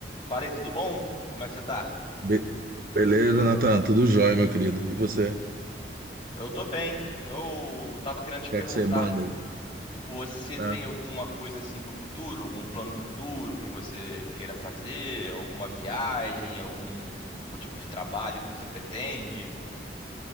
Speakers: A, on the left; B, on the right.
A: Falei, tudo bom? Como é que você tá?
B: Be- Beleza, Natan? Tudo jóia, meu querido. E você? O
A: Eu tô bem. Eu tava querendo te
B: que
A: perguntar,
B: é que você manda aí?
A: você
B: Tá?
A: tem alguma coisa assim pro futuro, algum plano futuro que você queira fazer, alguma viagem, algum tipo de trabalho que você pretende?